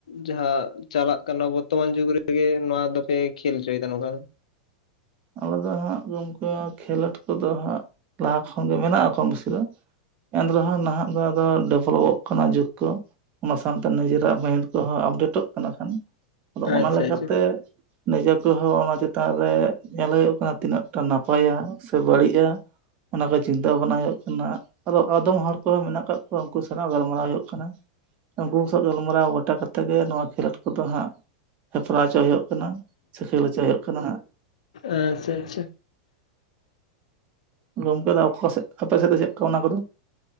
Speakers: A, on the left; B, on the right.
A: ᱡᱟᱦᱟᱸ ᱪᱟᱞᱟᱜ ᱠᱟᱱᱟ ᱵᱚᱨᱛᱚᱢᱟᱱ ᱡᱩᱜᱽ ᱨᱮᱜᱮ ᱱᱚᱣᱟ ᱫᱚᱯᱮ ᱠᱷᱮᱞ ᱚᱪᱚᱭᱮᱫᱟ ᱱᱚᱝᱠᱟ
B: ᱟᱞᱮ ᱫᱚ ᱦᱟᱸᱜ ᱜᱚᱝᱠᱮ ᱠᱷᱮᱞᱳᱰ ᱠᱚᱫᱚ ᱦᱟᱸᱜ ᱞᱟᱦᱟ ᱠᱷᱚᱱ ᱜᱮ ᱢᱮᱱᱟᱜᱼᱟ ᱠᱚᱢ ᱵᱮᱥᱤ ᱫᱚ ᱮᱱᱨᱮᱦᱚᱸ ᱱᱟᱦᱟᱜ ᱟᱫᱚ ᱰᱮᱵᱷᱞᱚᱯᱚᱜ ᱠᱟᱱᱟ ᱡᱩᱜᱽ ᱠᱚ ᱚᱱᱟ ᱥᱟᱶᱛᱮ ᱱᱤᱡᱮᱨᱟᱜ ᱢᱟᱭᱤᱱᱰ ᱠᱚᱦᱚᱸ ᱟᱯᱰᱮᱴᱚᱜ ᱠᱟᱱᱟ ᱠᱷᱟᱱ ᱟᱫᱚ ᱚᱱᱟ
A: ᱟᱪᱪᱷᱟ
B: ᱞᱮᱠᱟᱛᱮ
A: ᱟᱪᱪᱷᱟ
B: ᱱᱤᱡᱮ ᱠᱚᱦᱚᱸ ᱚᱱᱟ ᱪᱮᱛᱟᱱ ᱨᱮ ᱧᱮᱞ ᱦᱩᱭᱩᱜ ᱠᱟᱱᱟ ᱛᱤᱱᱟᱹᱜ ᱴᱟ ᱱᱟᱯᱟᱭᱟ ᱥᱮ ᱵᱟᱹᱲᱤᱡᱼᱟ ᱚᱱᱟ ᱠᱚ ᱪᱤᱱᱛᱟᱹ ᱵᱷᱟᱵᱽᱱᱟ ᱦᱩᱭᱩᱜ ᱠᱟᱱᱟ ᱟᱫᱚ ᱟᱫᱚᱢ ᱦᱚᱲ ᱩᱱᱠᱩ ᱦᱚᱸ ᱢᱮᱱᱟᱜ ᱟᱠᱟᱫ ᱠᱚᱣᱟ ᱩᱱᱠᱩ ᱥᱟᱞᱟᱜ ᱜᱟᱞᱢᱟᱨᱟᱣ ᱦᱩᱭᱩᱜ ᱠᱟᱱᱟ᱾ ᱩᱱᱠᱩ ᱠᱚ ᱥᱟᱶ ᱜᱟᱞᱢᱟᱨᱟᱣ ᱜᱚᱴᱟ ᱠᱟᱛᱮᱫ ᱜᱮ ᱱᱚᱣᱟ ᱠᱷᱮᱞᱳᱰ ᱠᱚᱫᱚ ᱦᱟᱸᱜ ᱦᱮᱯᱨᱟᱣ ᱦᱚᱪᱚ ᱦᱩᱭᱩᱜ ᱠᱟᱱᱟ ᱠᱷᱮᱞ ᱦᱚᱪᱚᱭ ᱦᱩᱭᱩᱜ ᱠᱟᱱᱟ ᱦᱟᱸᱜ
A: ᱟᱸᱪᱪᱷᱟ ᱟᱸᱪᱪᱷᱟ
B: ᱜᱚᱢᱠᱮ ᱟᱠᱷᱚᱥᱮᱫ ᱟᱯᱮ ᱥᱮᱫ ᱫᱚ ᱪᱮᱫ ᱞᱮᱠᱟ ᱚᱱᱟ ᱠᱚᱫᱚ